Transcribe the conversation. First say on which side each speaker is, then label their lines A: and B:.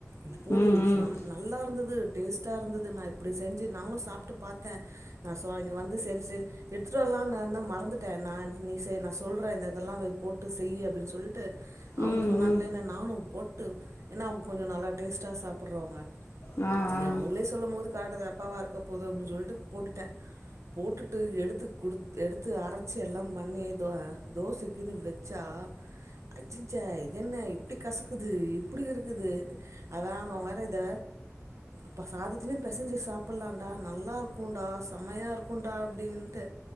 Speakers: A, on the right (about 75°); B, on the left (about 65°).
A: இது போடு
B: ம், ம்.
A: நம் நல்லா இருந்தது டேஸ்ட்டா இருந்தது நா இப்டி செஞ்சி நாங்களு சாப்ட்டு பாத்தே நா சோ இங்க வந்து செரி செரி எடுத்துட் வரலான் இருந்த மறந்துட்ட நா நீ சே நா சொல்ற இந்த இதெல்லா வெ போட்டு செய்யு அப்டின் சொல் டு
B: ம்,
A: அவுங்க சொன்னாங்களேனு
B: ம்.
A: நானு போட்டு ஏனா அவுங்க கொஞ்சோ நல்லா டேஸ்ட்டா சாப்புறவங்க
B: ஆ, ஆ.
A: இது அவுங்ளே சொல்லு போது கரெட்டு தப்பாவா இருக்க போது அப்டின் சொல்ட்டு போட்டுட்ட போட்டுட்டு எடுத்து குடுத் எடுத்து அரச்சி எல்லா மண்ணே தோ தோசைக்குனு வெ ச்சா அச்சச்ச இது என்ன இப்டி கசக்குது இப்டி இருக்குது அதா அவ்ங்க வேற இத ப்பா சாதத்துலு பெசஞ்சு சாப்புட்லான்டா நல்லா இருக்குன்டா செமையா இருக்குன்டா அப்டின்ட்டு